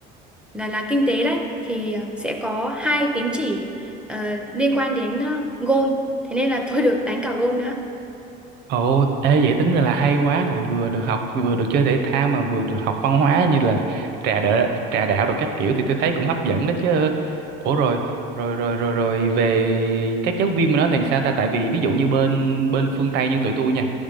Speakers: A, in the centre; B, on the right.
A: là là kinh tế đấy thì sẽ có hai tín chỉ ờ, liên quan đến uh, gôn thế nên là tôi được đánh cả gôn nữa
B: Ồ, ê vậy tính ra là hay quá này, vừa được học, vừa được chơi thể thao mà vừa được học văn hóa như là trà đỡ, trà đạo rồi các kiểu thì tôi thấy cũng hấp dẫn đó chứ. Ủa rồi, rồi rồi rồi rồi về các giáo viên mà nói thì sao ta? Tại vì ví dụ như bên bên phương Tây như tụi tôi nha,